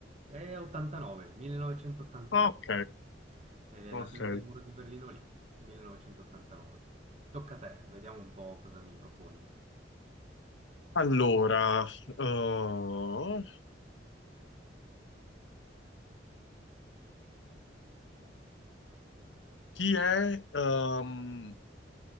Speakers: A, on the right; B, on the left.
A: È 89, 1989.
B: Ah, Ok,
A: È
B: ok.
A: la caduta del muro di Berlino lì, 1989. Tocca a te, vediamo un po' cosa mi proponi.
B: Allora, eh, chi è... ehm,